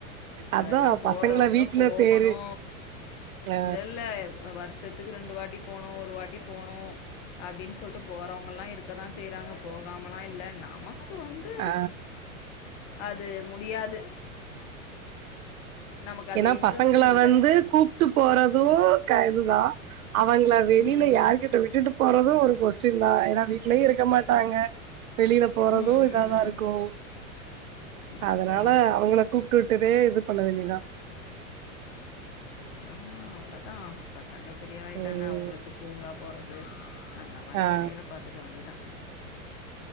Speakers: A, on the left; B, on the right.
A: அதெல்லா
B: அதான்
A: போறவுங்க
B: பசங்கள வீட்ல
A: போகணு
B: தேறு அ
A: இல்லல்ல வருஷத்துக்கு ரெண்டு வாட்டி போணு ஒரு வாட்டி போணு அப்டின்னு சொல்ட்டு போறவங்கலா இருக்க தா செய்றாங்க போகாமலா இல்ல நாம க்கு வந்து
B: ஆ
A: அது முடியாது நமக்கு அதில்
B: ஏன்னா
A: இன்ட்ரெஸ்ட்டும்
B: பசங்கள
A: இல்லை
B: வந்து கூப் ட்டு போறது கரெக்ட்தா அவங்கள வெளியில
A: ம்
B: யாருகிட்ட விட்டுட்டு போறது ஒரு கொஸ் டின்தா ஏனா வீட்லயு இருக்க மாட்டாங்க வெளியில போறது
A: ம்
B: இதா தா இருக்கு
A: அதான்
B: அதனால அவங்களு கூப்டுட்டது இது பண்ண வேண்டியதுதா
A: நாம அவளத் அ பசங்க பெரியாளாயிட்டாங்க
B: ம்.
A: அவுங்களுக்கு பூங்கா போறது அந்த மாரி
B: ஆ.
A: வேலைகள பாத் துக்க வேண்டியதுதா